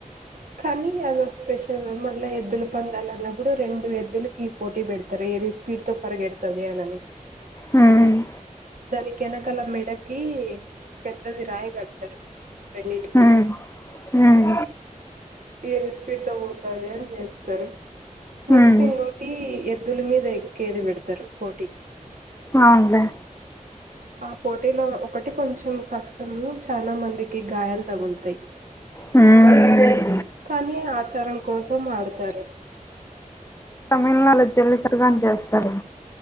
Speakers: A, on the right; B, on the left.
A: కానీ ఏదో స్పెషల్ మళ్ళా ఎద్దులు పందాల అన్నప్పుడు రెండు ఎద్దులకి పోటీ పెడతరు ఏది స్పీడ్ తో పరిగెడుతది అనని
B: హ్మ్.
A: దానికి వెనకాల మెడకి పెద్దది రాయి కడతరు రెండింటికి
B: హ్మ్. హ్మ్.
A: ఏది స్పీడ్ తో పోతంది అని చేస్తారు
B: హ్మ్.
A: నెక్స్ట్ ఇంగోటి ఎద్దుల మీద ఎక్కేది పెడతారు పోటీ
B: అవునులే
A: ఆ పోటీలో ఒకటి కొంచెం కష్టము చాలా మందికి గాయాలు తగులుతయి
B: హ్మ్.
A: కానీ ఆచారం కోసం ఆడతారు
B: ఆ జల్లికట్టు అని చేస్తారు